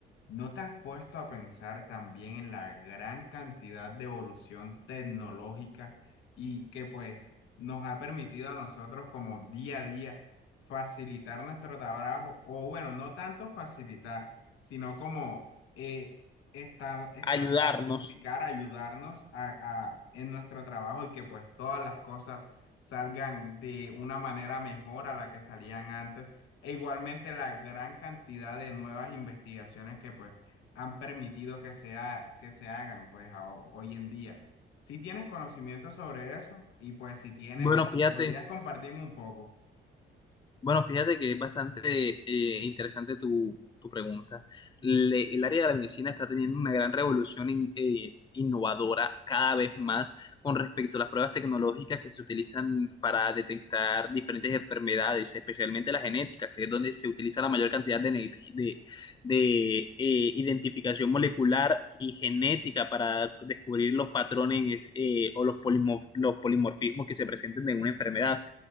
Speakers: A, on the left; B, on the left.
A: ¿No te has puesto a pensar también en la gran cantidad de evolución tecnológica y que pues nos ha permitido a nosotros como día a día facilitar nuestro trabajo, o bueno, no tanto facilitar, sino como eh, esta- estandardificar,
B: ayudarnos.
A: ayudarnos a, a- en nuestro trabajo y que pues todas las cosas salgan de una manera mejor a la que salían antes, e igualmente la gran cantidad de nuevas investigaciones que pues han permitido que sea, que se hagan pues a- hoy en día. Si tienes conocimiento sobre eso y pues si tienes,
B: Bueno, fíjate.
A: podrías compartirme un poco.
B: Bueno, fíjate que es bastante eh, interesante tu, tu pregunta. Le- el área de la medicina está teniendo una gran revolución in- eh, innovadora cada vez más con respecto a las pruebas tecnológicas que se utilizan para detectar diferentes enfermedades, especialmente la genética, que es donde se utiliza la mayor cantidad de, energi- de, de, eh, identificación molecular y genética para descubrir los patrones eh, o los polimorf- los polimorfismos que se presenten en una enfermedad